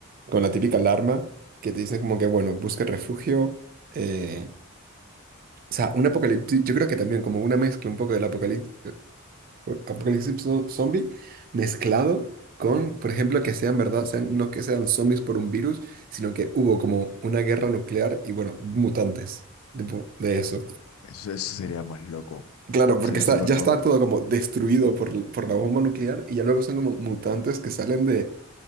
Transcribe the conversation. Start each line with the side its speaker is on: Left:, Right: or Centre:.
Right: con la típica alarma que te dicen como que, bueno, busca refugio. eh, o sea, un apocalipsis, yo creo que también como una mezcla un poco del apocalipsis, apocalipsis zo- zombie mezclado con, por ejemplo, que sean verdad, sean, no que sean zombies por un virus, sino que hubo como una guerra nuclear y, bueno, mutantes, tipo, de eso.
Left: Eso, eso sería más loco.
Right: Claro, porque
Left: Sería
Right: está,
Left: súper
Right: ya
Left: loco.
Right: está todo como destruido por, l- por la bomba nuclear y ya luego son como mutantes que salen de,